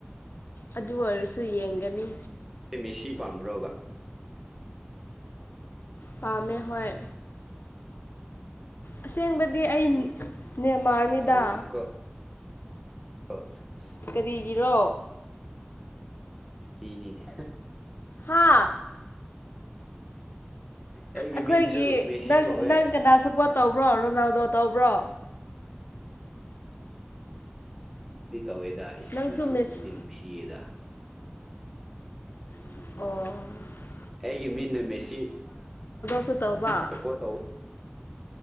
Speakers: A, on the left (about 65°); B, in the centre.
A: ꯑꯗꯨ ꯑꯣꯏꯔꯁꯨ ꯌꯦꯡꯒꯅꯤ
B: ꯃꯦꯁꯤꯤ ꯄꯝ꯭ꯔꯕ
A: ꯄꯥꯝꯃꯦ ꯍꯣꯏ ꯑꯁꯦꯡꯕꯗꯤ ꯑꯩ
B: ꯏ
A: ꯅꯦꯃꯥꯔꯅꯤꯗ
B: ꯇꯅꯣꯡꯀꯣ ꯑ
A: ꯀꯔꯤꯒꯤꯔꯣ
B: ꯏꯅꯤꯅꯦ
A: ꯍꯥ
B: ꯑꯩꯒꯤ
A: ꯑꯩꯈꯣꯏꯒꯤ
B: ꯃꯤꯡꯁꯨ ꯃꯦꯁꯤ
A: ꯅꯪ
B: ꯀꯧꯋꯦ
A: ꯅꯪ ꯀꯅꯥ ꯁꯞꯄꯣꯔꯠ ꯇꯧꯕ꯭ꯔꯣ ꯔꯣꯅꯥꯜꯗꯣ ꯇꯧꯕ꯭ꯔꯣ
B: ꯗꯤ ꯇꯧꯋꯦꯗ ꯏꯁ꯭ꯔꯣꯅ
A: ꯅꯪꯁꯨ ꯃꯦꯁ
B: ꯂꯧꯗꯤ ꯅꯨꯡꯁꯤꯌꯦꯗ
A: ꯑꯣ
B: ꯑꯩꯒꯤ ꯃꯤꯅ ꯃꯦꯁꯤ
A: ꯁꯨ ꯇꯧꯕ
B: ꯁꯞꯄꯣꯔꯠ ꯇꯧ